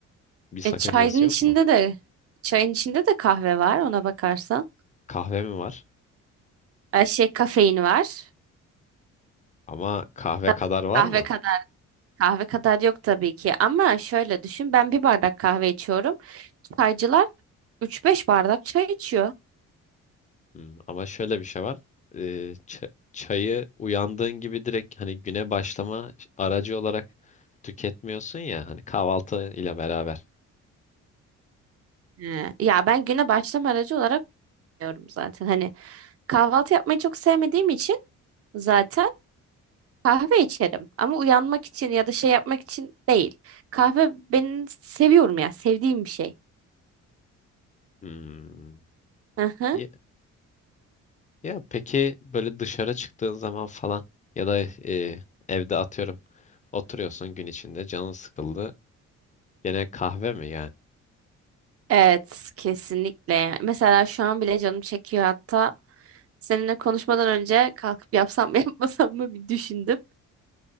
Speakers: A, on the left; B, on the right.
A: Bir sakıncası
B: E, çayın içinde
A: yok mu?
B: de çayın içinde de kahve var ona bakarsan.
A: Kahve mi var?
B: Ay şey kafein var.
A: Ama kahve
B: Tabii
A: kadar
B: ki
A: var
B: kahve
A: mı?
B: kadar kahve kadar yok tabii ki ama şöyle düşün ben bir bardak kahve içiyorum. Çaycılar 3-5 bardak çay içiyor.
A: Hmm, ama şöyle bir şey var. Ee, ç- çayı uyandığın gibi direkt hani güne başlama aracı olarak tüketmiyorsun ya hani kahvaltı ile beraber.
B: He. Ya ben güne başlama aracı olarak diyorum zaten. Hani kahvaltı yapmayı çok sevmediğim için zaten kahve içerim ama uyanmak için ya da şey yapmak için değil. Kahve ben seviyorum ya sevdiğim bir şey.
A: Hmm.
B: <laughs>
A: Ya, ya peki böyle dışarı çıktığın zaman falan ya da e, evde atıyorum oturuyorsun gün içinde canın sıkıldı. Gene kahve mi yani?
B: Evet, kesinlikle. Mesela şu an bile canım çekiyor hatta. Seninle konuşmadan önce kalkıp yapsam mı <laughs> yapmasam mı bir düşündüm.